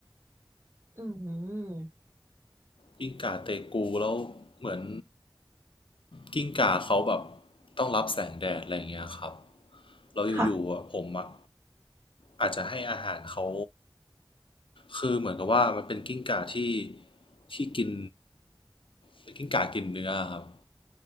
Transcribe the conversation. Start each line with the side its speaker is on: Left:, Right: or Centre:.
Right: อืม
Left: กิ้งก่าเตกูแล้วเหมือนกิ้งก่าเขาแบบต้องรับแสงแดดอะไรเงี้ยครับเราอยู่ๆผมอะ
Right: ค่ะ
Left: อาจจะให้อาหารเขา คือเหมือนกับว่ามันเป็นกิ้งก่าที่ที่กินเป็นกิ้งก่ากินเนื้อครับ